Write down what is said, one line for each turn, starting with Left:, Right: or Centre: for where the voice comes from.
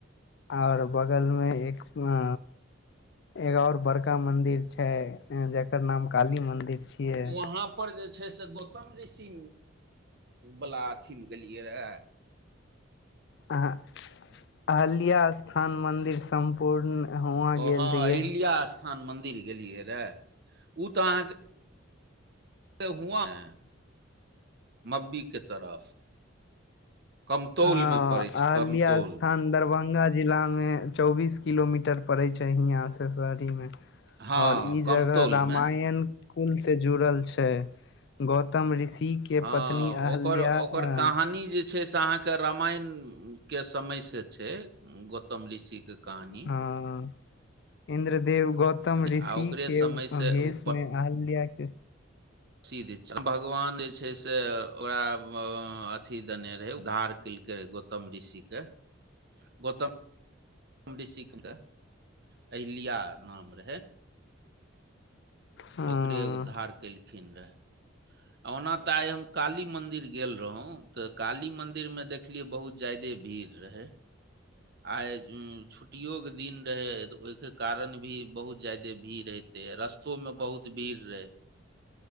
Left: आओर बगलमे एक अ एगो और बड़का मंदिर छै जेकर नाम काली मंदिर छियै
Right: वहाँ पर जे छै से गौतम ऋषि बला अथीमे गेलिये रहै
Left: अ हअ अल्य स्थान मन्दिर सम्पूर्ण हुआ
Right: ओ
Left: गेल
Right: हँ
Left: रिहयै
Right: अहिल्या स्थान मन्दिर गेलियै रहै ऊ तऽ अहाँके हुआ है मब्बी के तरफ कमतौल
Left: हँ
Right: मे पड़ै छै
Left: अहलिया
Right: कमतौल
Left: स्थान
Right: मे
Left: दरभंगा जिलामे चौबीस किलोमीटर पड़ैत छै हियाँ सँ शहरीमे
Right: हँ
Left: आओर ई
Right: कमतौल
Left: जगह रामायण
Right: मे
Left: कुल से जुड़ल छै गौतम ऋषि के
Right: हँ
Left: पत्नी अहल्या
Right: ओकर
Left: अ
Right: ओकर कहानी जे छै से अहाँ रामायण के समय से छै गौतम ऋषि के कहानी
Left: हँ इन्द्रदेव गौतम ऋषि
Right: आ ओकरे
Left: के
Right: समय
Left: अभेष
Right: से उ
Left: मे अहल्याँ केँ
Right: सिद्ध भगवान जे छै से ओकरा अथी देने रहै उद्धार केलकै रहै गो गौतम ऋषिके गौतम ऋषिक कऽ अहिल्या नाम रहै
Left: हँ
Right: ओकरे उद्धार केलखिन रहए ओना तऽ आइ हम काली मंदिर गेल रहौ तऽ काली मंदिर मे देख देख लिए बहुत जादे भीड़ रहै आय छुट्टिओे के दिन रहै तऽ ओहिके कारण भी बहुत जादे भीड़ रहै रस्तो म बहुत भीड़ रहे